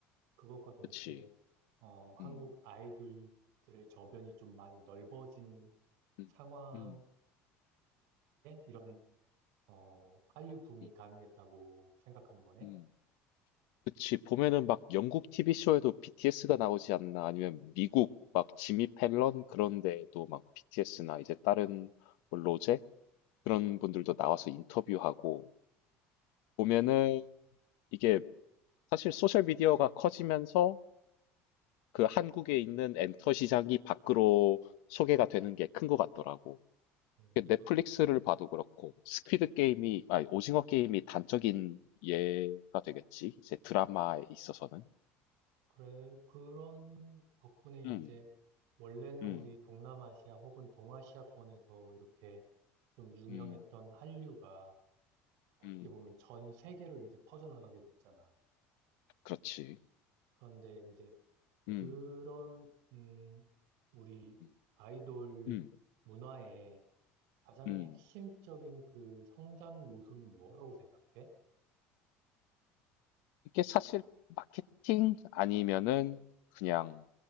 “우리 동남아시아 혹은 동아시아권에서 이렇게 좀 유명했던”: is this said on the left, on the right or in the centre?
Right